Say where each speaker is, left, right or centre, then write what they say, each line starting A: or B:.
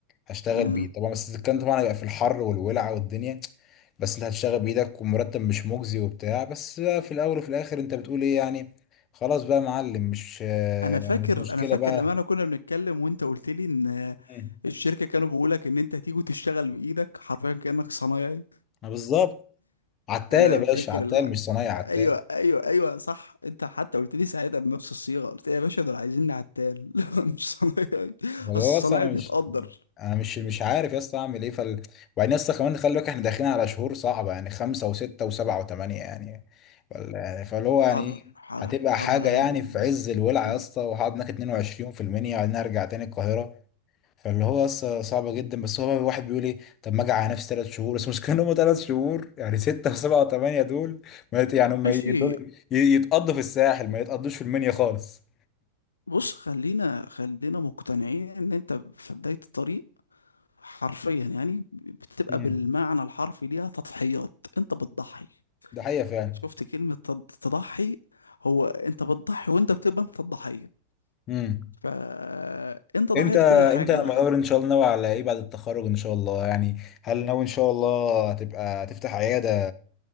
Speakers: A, on the left; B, on the left.
A: هشتغل
B: مم.
A: بايدي طبعا بس الكلام طبعا هيبقى في الحر والولع والدنيا بس انت هتشتغل بايدك ومرتب مش مجزي وبتاع بس بقى في الاول وفي الاخر انت بتقول ايه يعني خلاص بقى يا معلم مش
B: انا فاكر
A: مش مشكله
B: انا فاكر
A: بقى
B: لما انا كنا بنتكلم وانت قلت لي ان
A: مم.
B: الشركة كانوا بيقولك ان انت هتيجي تشتغل بايدك حرفيا كأنك صنايعي
A: بالظبط عتال
B: انا
A: يا باشا
B: فاكر
A: عتال
B: الع...
A: مش صنايعي عتال
B: ايوه ايوه ايوه صح انت حتى قلت لي ساعتها بنفس الصيغة قلت لي يا باشا دول عايزيني عتال <laughs> مش صنايعي
A: خلاص
B: اصل الصنايعي
A: انا
B: بيتقدر
A: مش انا مش مش عارف يا اسطى اعمل ايه فال وبعدين يا اسطى كمان خلي بالك احنا داخلين على شهور صعبه يعني خمسه وسته وسبعه وثمانيه يعني فال- فاللي هو يعني
B: حر
A: إيه،
B: حر
A: هتبقى
B: حر
A: حاجه
B: قوي
A: يعني
B: و...
A: في عز الولع
B: مم.
A: يا اسطى وهقعد هناك 22 في المنيا وبعدين ارجع تاني القاهره فاللي هو لسه صعبه جدا بس هو الواحد بيقول ايه طب ما اجي على نفسي ثلاث شهور بس مش كانوا هم ثلاث شهور يعني سته وسبعه وثمانيه دول ما يت- يعني هم
B: ماشي
A: يت- يتقضوا في الساحل ما يتقضوش في المنيا خالص
B: بص خلينا خلينا مقتنعين ان انت في بداية الطريق حرفيا يعني بتبقى
A: امم
B: بالمعنى الحرفي ليها تضحيات انت بتضحي
A: ده حقيقة فعلا
B: شفت كلمة تض- تضحي هو انت بتضحي وانت بتبقى انت الضحية
A: امم
B: فانت ضحية
A: انت
B: كل حاجة
A: انت مقرر
B: بقى
A: ان شاء الله ناوي على ايه بعد التخرج ان شاء الله يعني هل ناوي ان شاء الله هتبقى تفتح عيادة